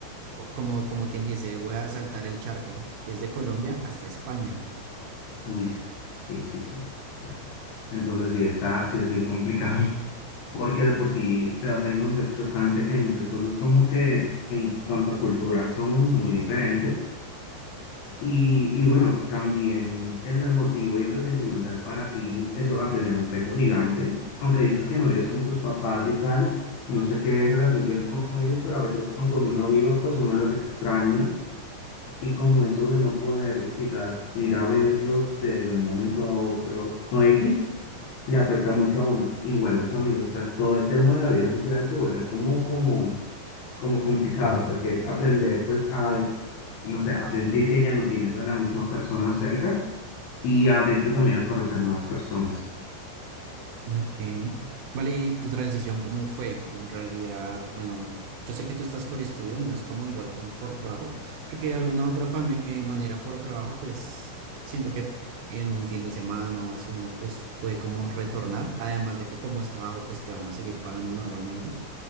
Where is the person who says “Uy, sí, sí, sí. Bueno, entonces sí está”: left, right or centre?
Left